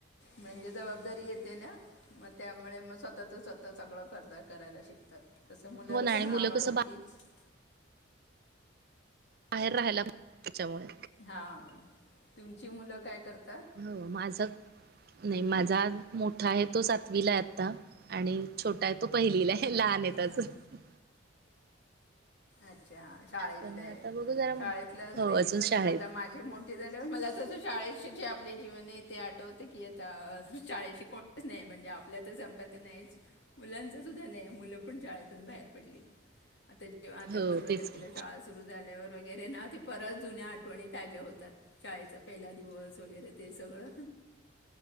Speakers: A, on the left (about 65°); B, on the right (about 50°).
A: म्हणजे जबाबदारी येते ना मग त्यामुळे म स्वतःच स्वतः सगळं करतात करायला शिकतात तसं मुलाला
B: हो ना
A: पण
B: आणि
A: आवाड
B: मुलं कसं
A: होतीचं
B: बाहेर राहिला ना त्याच्यामुळे
A: हा तुमची मुलं काय करत
B: हो माझं नाही माझा मोठा आहे तो सातवीला आहे आत्ता आणि छोटा आहे तो पहिलीला आहे हि लहान आहेत
A: हां
B: अजून
A: अच्छा हा शाळा इथली
B: त्यामुळे
A: आहे
B: आता बघू जरा मग
A: शाळेतले असले
B: हो
A: की
B: अजून
A: कसं
B: शाळेत
A: आता माझे मोठे झाल्यावर मला तसं शाळेशी जे आपले जीवन आहे ते आठवते की आत्ता शाळेशी कोणचं नाही म्हणजे आपल्या संपर्क नाहीचं, मुलांचा सुद्धा नाही मुलं पण शाळेतून बाहेर पडलीत. आत्ता आता
B: हो
A: पंधरा
B: तेच
A: तारखेला
B: की.
A: शाळा सुरु झाल्यावर वगैरे ना ते परत जुन्या आठ आठवणी ताज्या होतात शाळेचा पहिला दिवस वगैरे ते सगळं